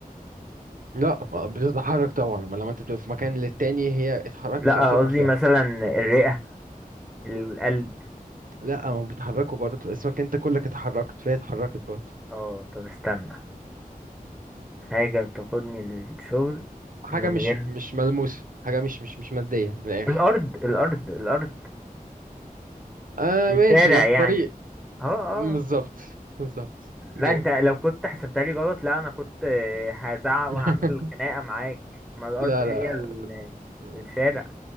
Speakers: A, on the right (about 65°); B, in the centre.
A: لا ما بتتحرك طبعا ما لما انت بتبقى في مكان للتاني هي اتحركت
B: لا
A: يعتبر
B: قصدي
A: لما
B: مثلا الرئة القلب
A: لا ما بتحركوا برضه اسمك انت كلك اتحركت فهي اتحركت برضه
B: اه طب استنى حاجة بتاخدني للشغل
A: حاجة
B: من
A: مش
B: غير
A: مش ملموسة حاجة مش مش مش مادية من الآخر
B: الارض الارض الارض
A: آه
B: الشارع
A: ماشي يا الطريق
B: يعني اه اه
A: بالظبط بالظبط
B: لا
A: جامد
B: انت لو كنت حسبتها لي غلط لا انا كنت آه، هزعق
A: <laughs>
B: وهعمل خناقة معاك ما الارض
A: لا
B: هي
A: لا
B: ال-
A: لا
B: الشارع